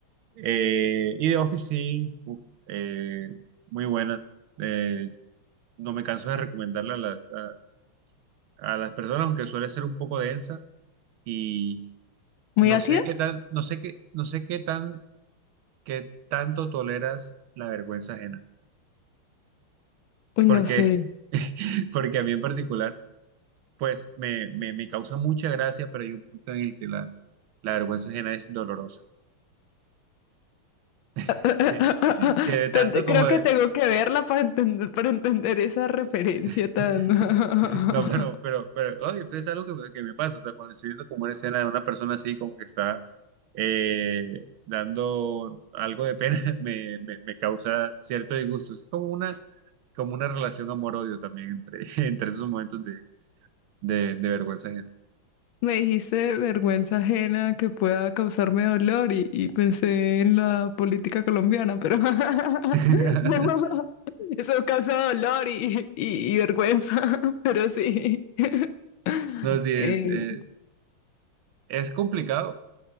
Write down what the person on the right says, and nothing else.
Eh, y de Office sí, uf, eh, muy buena. Eh, no me canso de recomendarla a las, a, a las personas, aunque suele ser un poco densa y
no
sé qué tan, no sé qué, no sé qué tan, qué tanto toleras la vergüenza ajena.
Porque,
<laughs> porque a mí en particular... pues me, me, me causa mucha gracia, pero hay un punto en el que la, la vergüenza ajena es dolorosa.
<laughs> Que, que de tanto
como
de...
<laughs>
No, pero, pero, pero, oye, pues es algo que me, que me pasa, o sea, cuando estoy viendo como una escena de una persona así, como que está eh, dando algo de pena, <laughs> me, me, me causa cierto disgusto. Es como una, como una relación amor-odio también entre, <laughs> entre esos momentos de, de, de vergüenza ajena.
<laughs>
No, sí, es,
eh, es complicado